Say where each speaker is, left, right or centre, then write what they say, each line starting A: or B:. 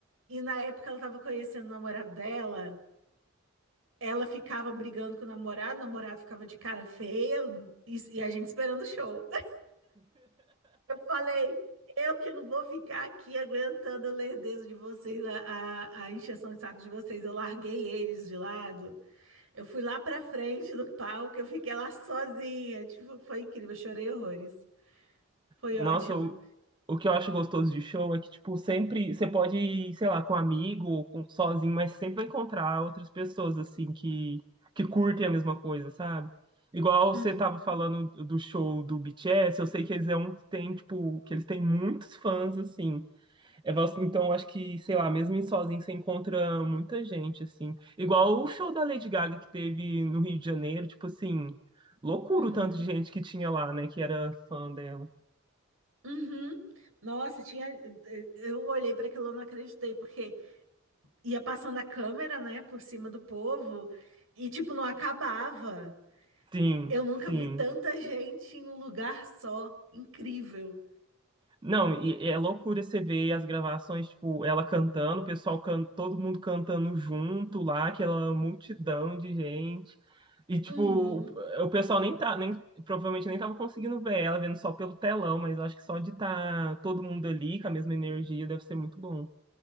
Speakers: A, on the right; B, on the right.
A: E na época ela tava conhecendo o namorado dela, ela ficava brigando com o namorado, o namorado ficava de cara feia e, e a gente esperando o show. <laughs> Eu falei, eu que não vou ficar aqui aguentando a lerdeza de vocês, a, a, a encheção de saco de vocês. Eu larguei eles de lado, eu fui lá pra frente do palco, eu fiquei lá sozinha. Tipo, foi incrível, eu chorei horrores. Foi
B: Nossa,
A: ótimo.
B: o, o que eu acho gostoso de show é que, tipo, sempre você pode ir, sei lá, com um amigo ou com, sozinho, mas sempre vai encontrar outras pessoas, assim, que, que curtem a mesma coisa, sabe? Igual
A: Uhum,
B: você tava falando do show do BTS, eu sei que eles é um que tem, tipo, que eles têm muitos fãs, assim. É, vo- então, eu acho que, sei lá, mesmo em sozinho você encontra muita gente, assim. Igual o show da Lady Gaga que teve no Rio de Janeiro, tipo assim, loucura
A: uhum,
B: o tanto de gente que tinha lá, né, que era fã dela.
A: uhum. Nossa, tinha. eh, Eu olhei para aquilo, eu não acreditei, porque. ia passando a câmera, né, por cima do povo e tipo não acabava.
B: Sim,
A: Eu nunca
B: sim.
A: vi tanta gente em um lugar só. Incrível.
B: Não, e é loucura você ver as gravações, tipo, ela cantando, o pessoal can... todo mundo cantando junto lá, aquela multidão de gente. E tipo,
A: Uhum,
B: o o pessoal nem tá, nem provavelmente nem tava conseguindo ver ela, vendo só pelo telão, mas eu acho que só de estar todo mundo ali com a mesma energia deve ser muito bom.